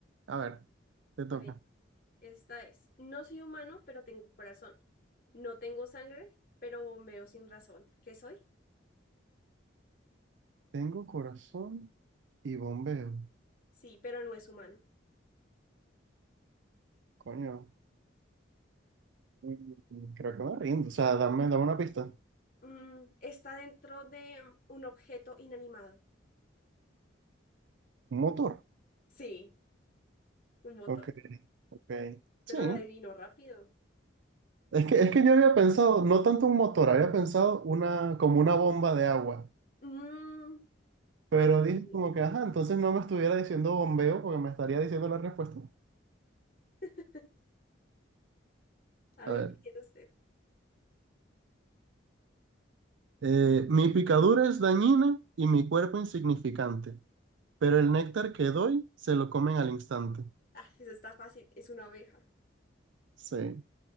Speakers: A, on the right; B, on the left.
A: a ver, te toca.
B: A ver, esta es. No soy humano, pero tengo corazón. No tengo sangre, pero bombeo sin razón. ¿Qué soy?
A: Tengo corazón y bombeo.
B: Sí, pero no es humano.
A: Coño, mm, creo que me rindo, o sea, dame, dame una pista.
B: Mm, está dentro de mm, un objeto inanimado.
A: Un motor.
B: Sí, un motor.
A: Ok, ok.
B: Pero
A: Sí.
B: la adivino rápido.
A: Es que, es que yo había pensado, no tanto un motor, había pensado una, como una bomba de agua.
B: Mm,
A: Pero
B: bueno,
A: dije
B: también.
A: como que, ajá, entonces no me estuviera diciendo bombeo porque me estaría diciendo la respuesta.
B: <laughs> A
A: A
B: ver,
A: ver.
B: ¿cuál quiere usted?
A: eh, mi picadura es dañina y mi cuerpo insignificante, pero el néctar que doy se lo comen al instante.
B: Ah, esa está fácil. Es una oveja.
A: Sí.